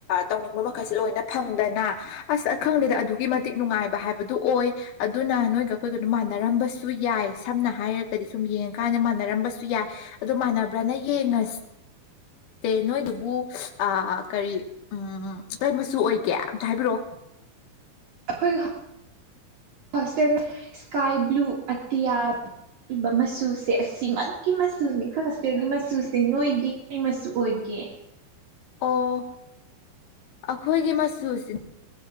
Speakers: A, on the left (about 65°); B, on the right (about 55°).
A: ꯇꯧꯅꯤꯡꯕ ꯃꯈꯩꯁꯨ ꯂꯣꯏꯅ ꯐꯪꯗꯅ ꯑꯁ ꯑꯩ ꯈꯪꯗꯦꯗ ꯑꯗꯨꯛꯀꯤ ꯃꯇꯤꯛ ꯅꯨꯡꯉꯥꯏꯕ ꯍꯥꯏꯕꯗꯨ ꯑꯣꯏ ꯑꯗꯨꯅ ꯅꯣꯏꯒ ꯑꯩꯈꯣꯏꯒꯅ ꯃꯥꯟꯅꯔꯝꯕꯁꯨ ꯌꯥꯏ ꯁꯝꯅ ꯍꯥꯏꯔꯒ ꯀꯗꯤ ꯁꯨꯝ ꯌꯦꯡꯉ ꯀꯥꯟꯗ ꯃꯥꯟꯅꯔꯝꯕꯁꯨ ꯌꯥꯏ ꯑꯗꯣ ꯃꯥꯟꯅꯕ꯭ꯔꯅ ꯌꯦꯡꯉꯁꯤ ꯇꯦ ꯅꯣꯏꯗꯨꯕꯨ ꯑꯥ ꯀꯔꯤ ꯎꯝ ꯀꯩ ꯃꯆꯨ ꯑꯣꯏꯒꯦ ꯑꯝꯇ ꯍꯥꯏꯕꯤꯔꯛꯑꯣ
B: ꯑꯩꯈꯣꯏꯒꯤ ꯍꯣ ꯍꯣꯁꯇꯦꯜ ꯏꯁꯀꯥꯏ ꯕ꯭ꯂꯨ ꯑꯇꯤꯌꯥ ꯕꯤꯕ ꯃꯆꯨꯁꯦ ꯑꯁꯤꯃꯛꯀꯤ ꯃꯆꯨꯅꯤ ꯑꯩꯈꯣꯏ ꯍꯣꯁꯇꯦꯜꯒꯤ ꯃꯆꯨꯁꯦ ꯅꯣꯏꯕꯤ ꯀꯔꯤ ꯃꯆꯨ ꯑꯣꯏꯒꯦ
A: ꯑꯣ ꯑꯩꯈꯣꯏꯒꯤ ꯃꯆꯨꯁꯤꯅ